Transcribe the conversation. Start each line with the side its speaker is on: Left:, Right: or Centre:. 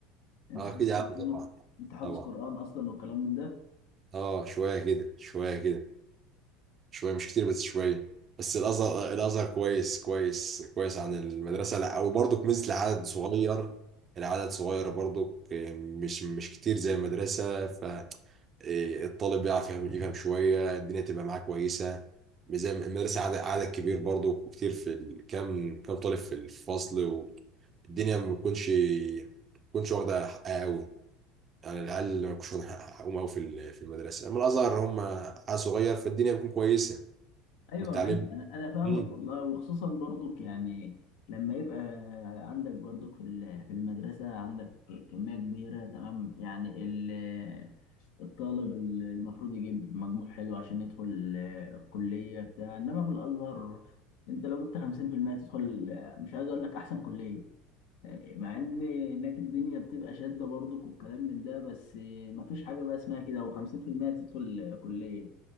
Left: انت
Right: اه
Left: حافظ
Right: كده يا عم
Left: قران
Right: طبعا
Left: انت حافظ
Right: طبعا
Left: قران اصلا والكلام من ده
Right: اه شويه كده شويه كده شويه مش كتير بس شويه بس الازهر الازهر كويس كويس كويس عن المدرسه لا وبرضك ميزه العدد صغير العدد صغير برضك مش مش كتير زي المدرسه ف إيه، الطالب بيعرف يفهم يفهم شوية الدنيا تبقى معاه كويسة مش زي المدرسة عدد عدد كبير برضو وكتير في ال- كام كام طالب في الفصل والدنيا ما بتكونش ما بتكونش واخدة حقها قوي يعني العيال ما بيكونش واخدين حق- حقهم قوي في ال- في المدرسة أما الأزهر هم عيال صغير فالدنيا بتكون كويسة
Left: ايوه
Right: والتعليم
Left: ماشي انا انا فاهمك
Right: مم.
Left: والله وخصوصا برضك يعني لما يبقى عندك برضك في ال- في المدرسه عندك كميه كبيره تمام يعني ال- الطالب ال- المفروض يجيب مجموع حلو عشان يدخل آه، كليه بتاع انما في الازهر انت لو جبت 50% تدخل آه، مش عايز اقول لك احسن كليه آه، مع ان هناك الدنيا بتبقى شاده برضك والكلام من ده بس آه، مفيش حاجه بقى اسمها كده و50% تدخل آه، كليه